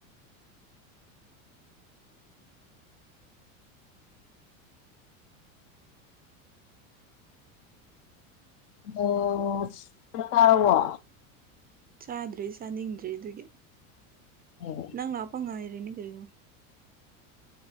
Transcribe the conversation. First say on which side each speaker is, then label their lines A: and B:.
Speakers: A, on the left (about 65°); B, on the right (about 25°).
A: ꯑꯣ ꯆꯥꯛ ꯆꯥꯔꯕꯣ
B: ꯆꯥꯗ꯭ꯔꯤ ꯆꯥꯅꯤꯡꯗ꯭ꯔꯤ ꯑꯗꯨꯒꯤ
A: ꯑꯣ
B: ꯅꯪ ꯂꯥꯛꯄꯥ ꯉꯥꯏꯔꯤꯅꯤ ꯀꯔꯤꯅꯣ